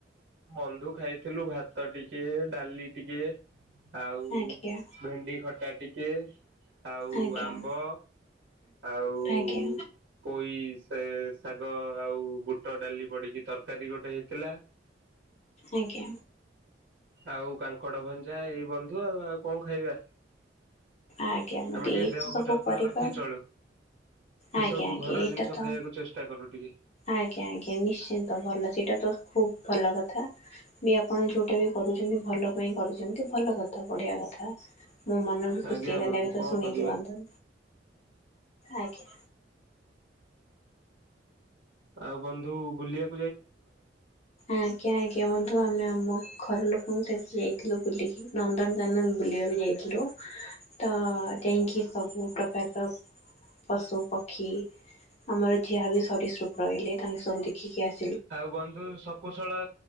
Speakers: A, on the right; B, on the left.
A: ବନ୍ଧୁ ଖାଇଥିଲୁ ଭାତ ଟିକେ, ଡାଲି ଟିକେ ଆଉ
B: ଆଜ୍ଞା
A: ଭେଣ୍ଡି ଖଟା ଟିକେ ଆଉ
B: ଆଜ୍ଞା
A: ଆମ୍ବ ଆଉ
B: ଆଜ୍ଞା
A: ପଇସ ସେ ଶାଗ ଆଉ ବୁଟ ଡାଲି ପଡିକି ତରକାରୀ ଗୋଟେ ହେଇଥିଲା।
B: ଆଜ୍ଞା।
A: ଆଉ କାଙ୍କଡ ଭଞ୍ଜା ଏଇ ବନ୍ଧୁ ଆଉ ଆଉ କଣ ଖାଇବା।
B: ଆଜ୍ଞା ମତେ
A: ଆମେ ଟିକେ
B: ଏଇ
A: ଦେହକୁ
B: ସବୁ
A: ଯତ୍ନ
B: କରିବା
A: ରଖି ଚଳୁ। ସେ
B: ଆଜ୍ଞା
A: ସବୁ
B: ଆଜ୍ଞା
A: ଘର
B: ଏଇଟା
A: ଜିନିଷ
B: ତ
A: ଖାଇବାକୁ ଚେଷ୍ଟା କରୁ ଟିକେ
B: ଆଜ୍ଞା ଆଜ୍ଞା ନିଶ୍ଚିନ୍ତ ଭଲ ସେଇଟା ତ ଖୁବ ଭଲ କଥା ବି ଆପଣ ଯୋଉଟା ବି କରୁଛନ୍ତି ଭଲ ପାଇଁ କରୁଛନ୍ତି ଭଲ କଥା ବଢିଆ କଥା ମୋ ମନ ଖୁସି
A: ଆଜ୍ଞା
B: କ
A: ବନ୍ଧୁ
B: ଲାଗ ତ
A: କଣ
B: ଶୁଣିକି
A: କରିବା।
B: ବନ୍ଧୁ ଆଜ୍ଞା।
A: ଆଉ ବନ୍ଧୁ ବୁଲିବା
B: ଆଜ୍ଞା ଆଜ୍ଞା ବନ୍ଧୁ ଆମେ ଆମ ଘର ଲୋକଙ୍କୁ ସେ ଯାଇଥିଲୁ ବୁଲେଇକି ନନ୍ଦନକାନନ ବୁଲିବାକୁ ଯାଇଥିଲୁ ତ ଯାଇକି ସବୁ ପ୍ରକାରର ପଶୁପକ୍ଷୀ ଆମର ଯାହା ବି ସରୀସୃପ ରହିଲେ ତାଙ୍କୁ ସବୁ ଦେଖିକି ଆସି
A: ଆଉ ବନ୍ଧୁ ଶକୁଶଳ